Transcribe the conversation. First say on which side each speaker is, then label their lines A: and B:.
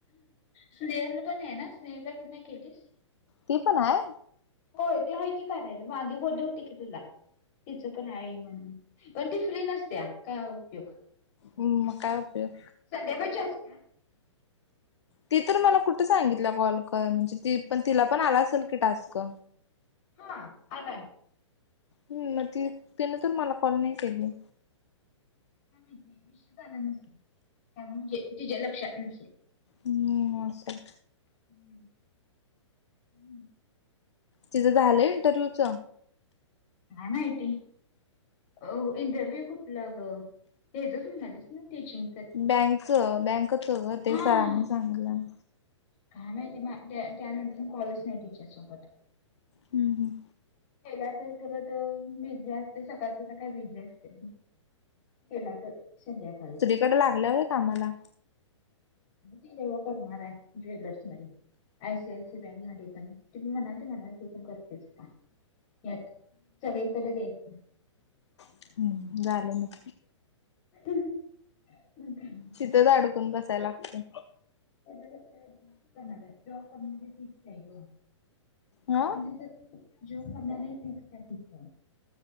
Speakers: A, on the left; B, on the left.
A: स्नेहल पण आहे ना स्नेहला नाही केलीस.
B: ती पण आहे?
A: होय ते आहे की कार्यालय, मागे बोलली होती की तुला. तिचं पण आहे म्हणून, पण ती फ्री नसत्या काय उपयोग.
B: हम्म मग काय उपयोग?
A: संध्याकाळची <inaudible>
B: ती तर मला कुठं सांगितलं कॉल कर म्हणजे त पण तिला पण आला असेल की टास्क.
A: हा आलाय.
B: हम्म मग ती तिनं तर मला कॉल नाही केली.
A: का मा विश झाला नसेल, का म्हणजे तिच्या लक्षात नसेल.
B: हम्म असल.
A: हम्म हम्म.
B: तिजं झालं इंटरव्ह्यूच?
A: काय माहिती. अ इंटरव्ह्यू कुठलं ग? त्याचाच म्हणालेच ना टीचिंग.
B: बँकच बँकच ग ते
A: हा
B: सरांनी सांगितल्याल.
A: काय माहिती म त्या त्यानंतर म कॉलच नाही तिच्यासोबत.
B: हम् हम्
A: केल्या तर तरत बिझी असते सकाळच तर काय बिझी असते. केला तर संध्याकाळी.
B: कड लागलं व्हय कामाला?
A: तरव करणार आहे, ज्वेलर्स मध्ये. I C I C bank म पण तुम्ही म्हणाले मला ते पण करतेस का? यात सगळीकडे द्यायचं.
B: हम्म झालं मग.
A: हह, मग काय.
B: तिथंच अडकून बसायला लागते.
A: तिथं कसंय जाणार आहे, जॉब कंपनी फिक्स आहे ग.
B: हा
A: पण जो करणार आहे तेच काय फक्त?